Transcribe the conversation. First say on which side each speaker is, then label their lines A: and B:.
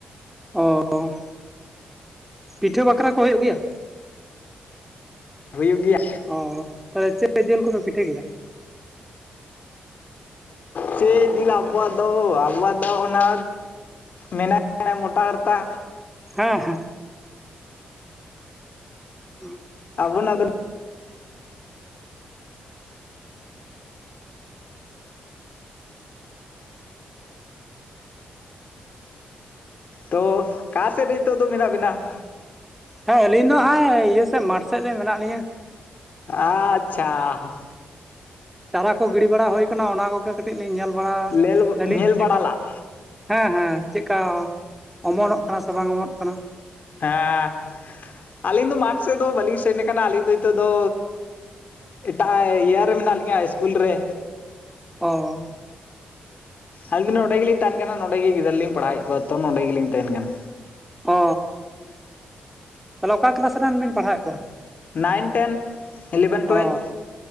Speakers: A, in the centre; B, on the left.
A: ᱚ ᱯᱤᱴᱷᱟᱹ ᱵᱟᱠᱷᱨᱟ ᱠᱚ ᱦᱳᱭᱳᱜ ᱜᱮᱭᱟ
B: ᱦᱩᱭᱩᱜ ᱜᱮᱭᱟ
A: ᱚᱻ ᱛᱟᱦᱞᱮ ᱪᱮᱫ ᱡᱤᱞ ᱠᱚᱯᱮ ᱯᱤᱴᱷᱟᱹ ᱠᱮᱫᱟ
B: ᱪᱮᱫ ᱡᱤᱞ ᱟᱵᱚᱣᱟᱜ ᱫᱚ ᱟᱵᱚᱣᱟᱜ ᱫᱚ ᱚᱱᱟ ᱢᱮᱱᱟᱜ ᱪᱮᱬᱮ ᱢᱚᱴᱟ ᱦᱟᱨᱛᱟ
A: ᱦᱮᱸ ᱦᱮᱸ ᱦᱮᱸ <inaudible>
B: ᱟᱵᱩᱱ ᱟᱫᱚ ᱾ ᱛᱚ ᱚᱠᱟ ᱥᱮᱫ ᱨᱮ ᱱᱤᱛᱚᱜ ᱫᱚ ᱢᱮᱱᱟᱜ ᱵᱮᱱᱟ ᱾
A: ᱦᱮᱸ ᱟᱹᱞᱤᱧ ᱫᱚ ᱦᱚ ᱤᱭᱟᱹ ᱥᱮᱫ ᱢᱟᱴᱷ ᱥᱮᱫ ᱨᱮ ᱢᱮᱱᱟᱜ ᱞᱤᱧᱟᱹ ᱾
B: ᱟᱪᱷᱟᱻ ᱾
A: ᱪᱟᱨᱟ ᱠᱚ ᱜᱤᱲᱤ ᱵᱟᱲᱟ ᱦᱩᱭ ᱠᱟᱱᱟ ᱚᱱᱟ ᱠᱚᱜᱮ ᱠᱟᱴᱤᱡ ᱞᱤᱧ ᱧᱮᱞ ᱵᱟᱲᱟ
B: ᱞᱮᱞ
A: ᱫᱟᱞᱤᱧ
B: ᱧᱮᱞ
A: ᱪᱮᱫ
B: ᱵᱟᱲᱟᱞᱟᱜ
A: ᱠᱟ ᱦᱮᱸ ᱦᱮᱸ ᱪᱮᱫᱠᱟ ᱚᱢᱚᱱᱚᱜ ᱠᱟᱱᱟ ᱥᱮ ᱵᱟᱝ ᱚᱢᱚᱱᱚᱜ ᱠᱟᱱᱟ
B: ᱦᱮᱸ ᱟᱞᱤᱧ ᱫᱚ ᱢᱟᱴᱷ ᱥᱮᱫ ᱫᱚ ᱵᱟᱞᱤᱧ ᱥᱮᱱ ᱠᱟᱱᱟ ᱟᱞᱤᱧ ᱫᱚ ᱱᱤᱛᱚᱜ ᱫᱚ ᱮᱴᱟᱜ ᱤᱭᱟᱨᱮ ᱢᱮᱱᱟᱜ ᱞᱤᱧᱟ ᱤᱥᱠᱩᱞ ᱨᱮ
A: ᱚ
B: ᱟᱞᱤᱧ ᱫᱚ ᱱᱚᱰᱮ ᱜᱮᱞᱤᱧ ᱛᱟᱦᱮᱱ ᱠᱟᱱᱟ ᱱᱚᱰᱮ ᱜᱮ ᱜᱤᱫᱟᱹᱨ ᱞᱤᱧ ᱯᱟᱲᱦᱟᱣᱮᱫ ᱠᱚᱣᱟ ᱛᱚ ᱱᱚᱰᱮ ᱜᱮᱞᱤᱧ ᱛᱟᱦᱮᱱ ᱠᱟᱱᱟ
A: ᱚ ᱛᱟᱦᱞᱮ ᱚᱠᱟ ᱠᱮᱞᱟᱥ ᱨᱮᱱ ᱵᱤᱱ ᱯᱟᱲᱦᱟᱣᱮᱫ ᱠᱚᱣᱟ
B: ᱱᱟᱭᱤᱱ ᱴᱮᱱ ᱤᱞᱤᱵᱷᱮᱱ ᱴᱩᱭᱮᱞᱵᱷ
A: ᱚ